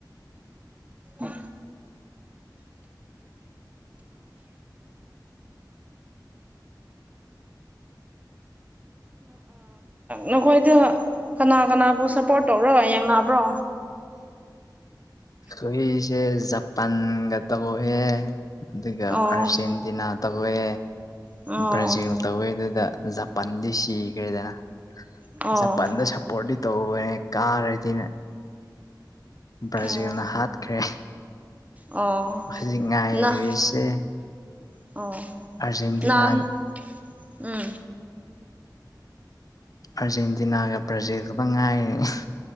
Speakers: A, on the right; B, on the left.
A: ꯑꯣ ꯅꯈꯣꯏꯗ ꯀꯅꯥ ꯀꯅꯥꯕꯨ ꯁꯞꯄꯣꯔꯠ ꯇꯧꯔꯒ ꯌꯦꯡꯅꯕ꯭ꯔꯣ
B: ꯍꯣꯏꯁꯦ ꯖꯄꯥꯟꯒ ꯇ ꯀꯦ ꯑꯗꯨꯒ
A: ꯑꯣ
B: ꯑꯥꯔꯖꯦꯟꯇꯤꯅꯥ ꯇꯧꯋꯦ
A: ꯑꯣ
B: ꯕ꯭ꯔꯥꯖꯤꯜ ꯇꯧꯋꯦ ꯑꯗꯨꯗ ꯖꯄꯥꯟꯗꯤ ꯁꯤꯈ꯭ꯔꯦꯗꯅ
A: ꯑꯣ
B: ꯖꯄꯥꯟꯗ ꯁꯄꯣꯔꯠꯗꯤ ꯇꯧꯕꯅꯦ ꯀꯥꯔꯗꯤꯅꯦ ꯕ꯭ꯔꯥꯖꯤꯜꯅ
A: ꯑꯣ
B: ꯍꯥꯠꯈ꯭ꯔꯦ
A: ꯑꯣ
B: ꯍꯧꯖꯤ ꯉꯥꯏꯔꯤꯁꯦ
A: ꯅ ꯑꯣ
B: ꯑꯔꯖꯦꯟꯇꯤꯅꯥ
A: ꯅꯍꯥꯟ ꯎꯝ
B: ꯑꯥꯔꯖꯦꯟꯇꯤꯅꯥꯒ ꯕ꯭ꯔꯥꯖꯤꯜꯒꯒ ꯉꯥꯏꯔ